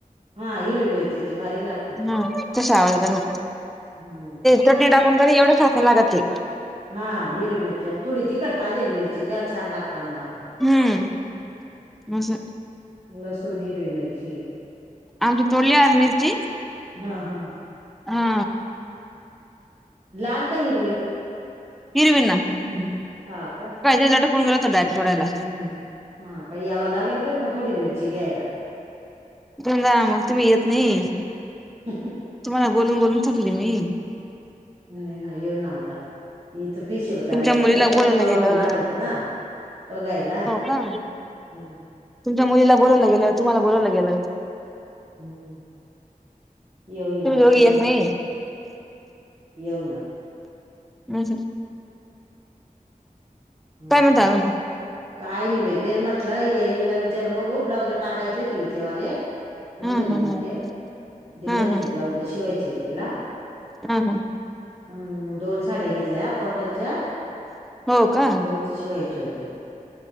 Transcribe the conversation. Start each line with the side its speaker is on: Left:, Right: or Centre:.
Right: हा हिरवी मिरचीचे भारी लागतात
Centre: हम्म, तसा आवडते त्यांना.
Right: हम्म
Centre: चटणी टाकून क एवढे चासयं लागत ते.
Right: हा हिरवी मिरची आणि थोडी तिखट भाजी मिरची तेव छान लागत माग.
Centre: हम्म असं.
Right: लसूण हिरवी मिरची.
Centre: आमची तोडली आज मिरची
Right: हा हा.
Centre: हा
Right: लाल का हिरवे आहे.
Centre: हिरवे.
Right: हम्म हा का.
Centre: डायरेक्ट पळुन जातो डायपोटला.
Right: हम्म हा काय याव लागेल बाई म थोडी मिरची घ्यायला.
Centre: तुम्ही जा, मग तुम्ही येत नाही.
Right: अच्छ अचा. <unintelligible>
Centre: तुम्हाला बोलून बोलून थकली मी.
Right: नाही नाही येऊन आता. इच पिशीयल करायचंय
Centre: तुमच्या मुलीला
Right: ग
Centre: बोलवलं
Right: पाहुणे
Centre: गेलं
Right: येणार आहेत ना बघायला.
Centre: हा.
Right: हम्म.
Centre: तुमच्या मुलीला बोवलं गेलं तुम्हाला बलावलं गेलं.
Right: हम्म, येऊ येऊ
Centre: तुम्ही दोघी
Right: शंभर
Centre: येत नाही
Right: टक्के, येऊ.
Centre: हम्म
Right: हम्म.
Centre: काय म्हणता अजून मग
Right: काय नाही बाई तेच म्हटलं हिला विचारून बघू ब्लाउज टाकायची होती हिचेवाले. माझ्या
Centre: हा
Right: दिदीचे
Centre: हा हा
Right: डिझाईनचे
Centre: हा हा
Right: ब्लाउज शिवायचे तिला.
Centre: हा हा.
Right: अम दोन साड्या घेतल्या कॉटनच्या.
Centre: हो का
Right: त्याच्यावरती शीवायचे होते.